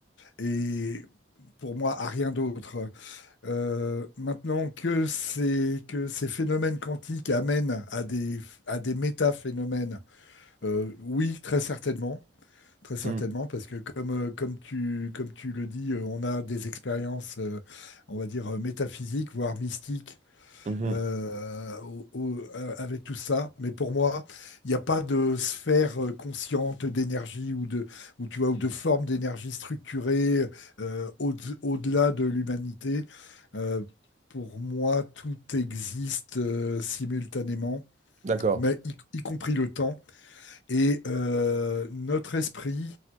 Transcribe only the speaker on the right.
Hmm,
mhm,
D'accord.